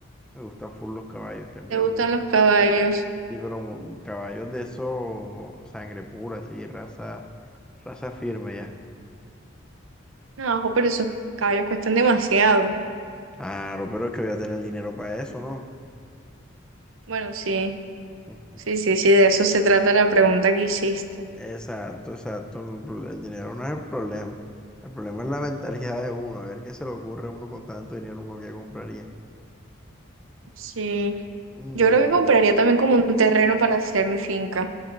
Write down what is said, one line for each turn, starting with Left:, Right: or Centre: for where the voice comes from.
Centre: Me gustan full los caballos, tendría
Right: ¿Te gustan
Centre: muchos,
Right: los caballos?
Centre: sí, pero mu- caballos de esos, sangre pura, sí, raza, raza firme ya.
Right: No, ojo, pero esos caballos cuestan demasiado.
Centre: Claro, pero es que voy a tener dinero para eso, ¿no?
Right: Bueno, sí,
Centre: <laughs>
Right: sí, sí, sí, de eso se trata la pregunta que hiciste.
Centre: Exacto, exacto. El el dinero no es el problema. El problema es la mentalidad de uno. A ver qué se le ocurre a uno con tanto dinero, uno que compraría.
Right: Sí.
Centre: Mm,
Right: Yo creo que compraría también como un terreno para hacer mi finca,